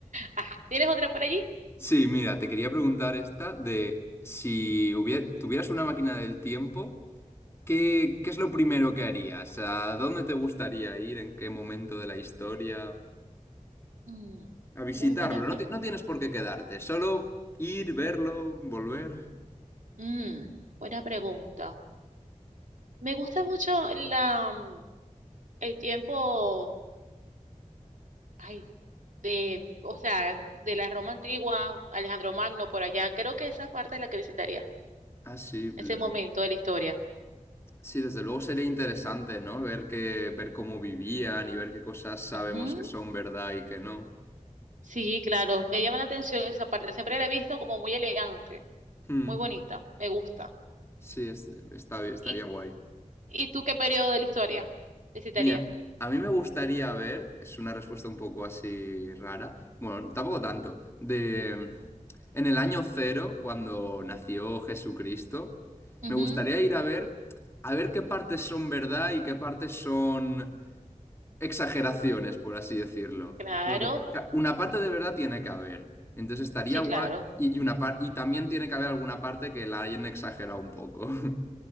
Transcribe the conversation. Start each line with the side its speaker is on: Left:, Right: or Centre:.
Right: Ajá, ¿Tienes otra por allí?
Left: Sí, mira, te quería preguntar esta de si hubie- tuvieras una máquina del tiempo, ¿qué, qué es lo primero que harías? ¿A dónde te gustaría ir? ¿En qué momento de la historia?
Right: Mm,
Left: A visitarlo.
Right: muy buena pregunta.
Left: No, ti- no tienes por qué quedarte, solo ir, verlo, volver.
Right: Mm, buena pregunta. Me gusta mucho la, mm, el tiempo. Ay, de, o sea, de la Roma antigua, Alejandro Magno por allá. Creo que esa parte es la que visitaría,
Left: Ah, sí, l-
Right: ese momento de la historia.
Left: sí, desde luego sería interesante, ¿no? Ver que, ver cómo vivían y ver qué cosas sabemos
Right: Ujú.
Left: que son verdad y que no.
Right: Sí, claro, me llama la atención esa parte. Siempre la he visto como muy elegante,
Left: Hmm,
Right: muy bonita, me gusta.
Left: sí, es- está, bi- estaría
Right: ¿Y,
Left: guay.
Right: y tú qué periodo de la historia visitarías?
Left: Mira, a mí me gustaría ver, es una respuesta un poco así rara, bueno, tampoco tanto, de mm, en el año cero, cuando nació Jesucristo,
Right: Ujú,
Left: me gustaría ir a ver, a ver qué partes son verdad y qué partes son exageraciones, por así decirlo.
Right: Claro,
Left: Porque o sea, una parte de verdad tiene que haber. Entonces estaría
Right: sí,
Left: guay.
Right: claro.
Left: Y, y una par- y también tiene que haber alguna parte que la hayan exagerado un poco. <laughs>